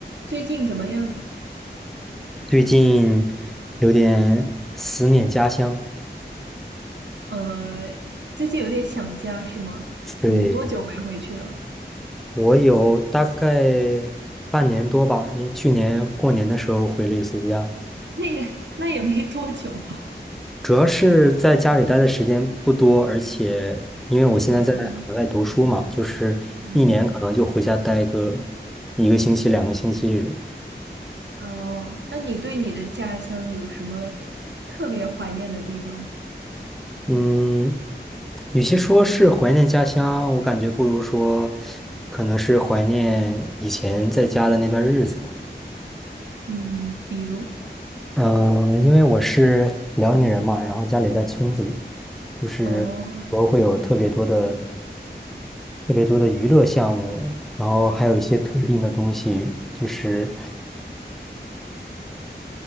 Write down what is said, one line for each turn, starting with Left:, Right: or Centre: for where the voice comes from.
Right: 最近怎么样？
Centre: 最近有点思念家乡，
Right: 呃，最近有点想家是吗？
Centre: 对，
Right: 你多久没回去了？
Centre: 我有大概半年多吧，因为去年过年的时候回了一次家，
Right: <laughs> 那也那也没多久吧。
Centre: 主要是在家里待的时间不多，而且因为我现在在海外读书嘛，
Right: 嗯
Centre: 就是一年可能就回家待个
Right: 嗯
Centre: 一个星期、两个星期这种。
Right: 哦，那你对你的家乡有什么特别怀念的地方吗？
Centre: 嗯，与其说是怀念家乡，我感觉不如说可能是怀念以前在家的那段日子吧。
Right: 嗯，比如
Centre: 嗯、呃因为我是辽宁人嘛，然后家里在村子里，就是说会有特别多的、
Right: 哦。
Centre: 特别多的娱乐项目，然后还有一些特定的东西，就是。